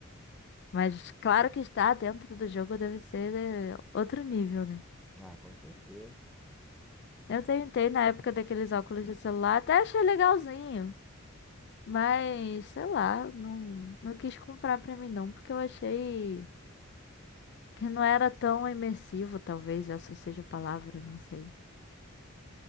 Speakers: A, on the left (about 55°); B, in the centre.
A: Mas claro que estar dentro do jogo deve ser eh, outro nível, né?
B: Ah, com certeza.
A: Eu tentei na época daqueles óculos de celular, até achei legalzinho. Mas, sei lá, não, não quis comprar pra mim não, porque eu achei que não era tão imersivo, talvez essa seja a palavra, não sei.